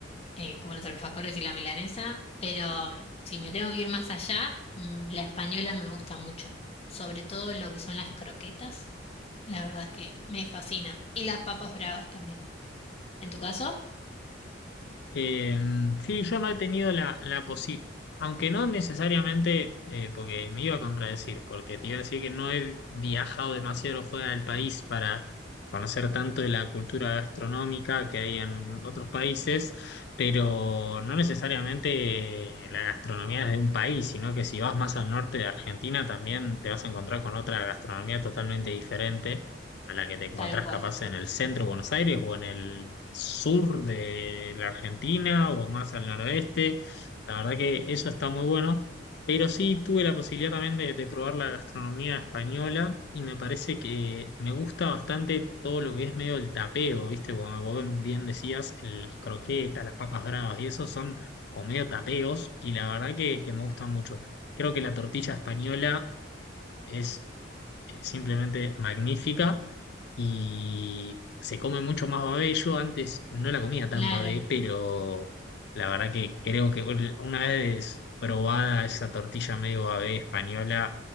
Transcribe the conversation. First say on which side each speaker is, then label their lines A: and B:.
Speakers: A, on the left (about 30°); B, on the left (about 60°).
A: eh, como los alfajores y la milanesa, pero mm, si me tengo que ir más allá, mm, la española me gusta mucho, sobre todo lo que son las croquetas, la verdad es que me fascina, y las papas bravas también. En tu caso,
B: Eh, sí, yo no he tenido la, la posibilidad, aunque no necesariamente, eh, porque me iba a contradecir, porque te iba a decir que no he viajado demasiado fuera del país para conocer tanto de la cultura gastronómica que hay en otros países, pero no necesariamente la gastronomía es de un país, sino que si vas más al norte de Argentina también te vas a encontrar con otra gastronomía totalmente diferente a la que te encontrás
A: tal cual.
B: capaz en el centro de Buenos Aires o en el sur de la Argentina o más al noroeste. La verdad que eso está muy bueno. Pero sí tuve la posibilidad también de, de probar la gastronomía española y me parece que me gusta bastante todo lo que es medio el tapeo, ¿viste? Como vos bien decías, las croquetas, las papas bravas y eso son como medio tapeos y la verdad que, que me gusta mucho. Creo que la tortilla española es eh, simplemente magnífica y se come mucho más babé. Yo antes no la comía tan
A: Claro,
B: babé, pero la verdad que creo que ul- una vez probada esa tortilla medio babé española,